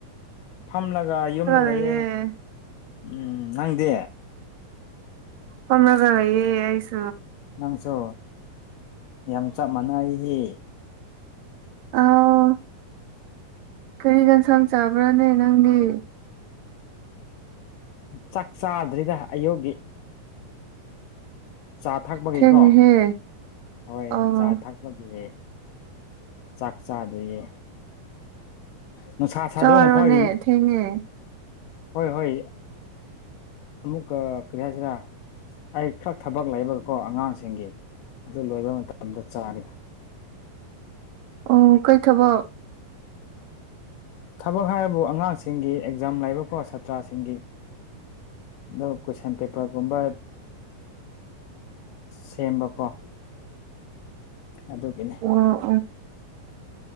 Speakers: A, on the left; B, on the right.
A: ꯐꯝꯂꯒ ꯌꯨꯝꯗ ꯂꯑꯦ
B: ꯂꯩꯌꯦ
A: ꯎꯝ ꯅꯪꯗꯦ
B: ꯄꯔꯒꯌꯦꯁ
A: ꯅꯪꯁꯨ ꯌꯥꯝꯆꯥ ꯃꯅꯥꯑ ꯍ
B: ꯑ ꯀꯔꯤ ꯌꯦꯟꯁꯥꯡ ꯆꯥꯕ꯭ꯔꯥꯅꯦ ꯅꯪꯗꯤ
A: ꯆꯥꯛ ꯆꯥꯗ꯭ꯔꯤꯗ ꯑꯌꯨꯛꯒꯤ ꯆꯥ ꯊꯛꯄꯒꯤꯀꯣ
B: ꯊꯦꯡꯉꯦꯍꯦ
A: ꯍꯣꯏ
B: ꯑꯥꯎ
A: ꯆꯥ ꯊꯛꯄꯒꯤ ꯆꯥꯛ ꯆꯥꯗꯣꯏꯌꯦ ꯅꯨꯡꯁꯥ ꯁꯥꯗꯧꯅ
B: ꯆꯥꯔꯣꯅꯦ
A: ꯈ꯭ꯋꯥꯒꯤ
B: ꯊꯦꯡꯉꯦ
A: ꯍꯣꯏ ꯍꯣꯏ ꯑꯃꯨꯛ ꯀꯔꯤꯌꯥꯁꯤꯔ ꯑꯩ ꯈꯔ ꯊꯕꯛ ꯂꯩꯕꯒꯀꯣ ꯑꯉꯥꯡꯁꯤꯡꯒꯤ ꯑꯗꯨ ꯂꯣꯏꯕ ꯃꯇꯝꯗ ꯆꯥꯔꯤ
B: ꯑꯣ ꯀꯩ ꯊꯕ
A: ꯊꯕꯛ ꯍꯥꯏꯕꯨ ꯑꯉꯥꯡꯁꯤꯡꯒꯤ ꯑꯦꯛꯖꯥꯝ ꯂꯥꯏꯕꯛ ꯐꯣ ꯁꯥꯇ꯭ꯔꯁꯤꯡꯒꯤ ꯑꯣ ꯀꯁꯟ ꯄꯦꯄꯔꯒꯨꯝꯕ ꯁꯦꯝꯕꯀꯣ ꯑꯗꯨꯒꯤꯅꯦ
B: ꯑꯣ